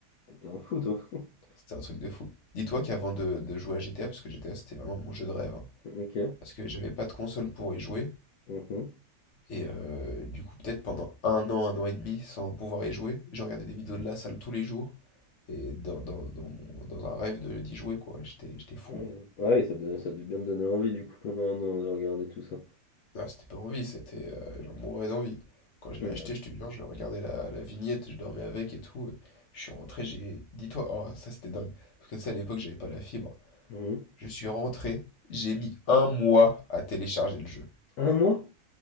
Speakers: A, on the left; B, on the left.
A: t'es un fou, toi. <laughs>
B: c'était un truc de fou. Dis-toi qu'avant de, de jouer à GTA, parce que GTA c'était vraiment mon jeu de rêve, hein,
A: Ok.
B: parce que j'avais pas de console pour y jouer.
A: Mhm.
B: Et euh, du coup, peut-être pendant un an, un an et demi, sans pouvoir y jouer, je regardais des vidéos de la salle tous les jours. Et dans, dans, dans mon- dans un rêve de, d'y jouer, quoi. J'étais, j'étais fou.
A: Ouais, ouais, ça, te donnait- ça a dû bien te donner envie, du coup, pendant un an, de regarder tout ça.
B: Ah, c'était pas envie, c'était. euh, j'en mourais d'envie. Quand je
A: Mmh,
B: l'ai acheté,
A: ah tu
B: je te jure, je regardais la, la vignette, je dormais avec et tout. Je suis rentré, j'ai. Dis-toi, oh, ça c'était dingue. Parce que tu sais, à l'époque, j'avais pas la fibre.
A: mmh.
B: Je suis rentré, j'ai mis un mois à télécharger le jeu.
A: 1 mois? Mmh.